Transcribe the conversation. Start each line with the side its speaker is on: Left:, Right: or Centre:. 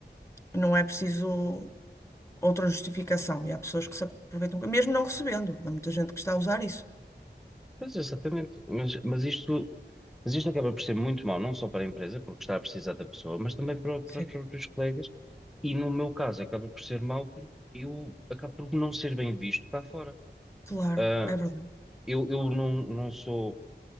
Left: não é preciso outra justificação. E há pessoas que se aproveitam, mesmo não recebendo. Há muita gente que está a usar isso.
Centre: Pois, exatamente. Mas, mas isto, mas isto acaba por ser muito mau, não só para a empresa, porque está a precisar da pessoa, mas também para, para
Left: Sim,
Centre: os próprios colegas. E no meu caso, acaba por ser mau porque eu acabo por não ser bem visto cá fora.
Left: claro,
Centre: Ah,
Left: é verdade.
Centre: eu, eu não, não sou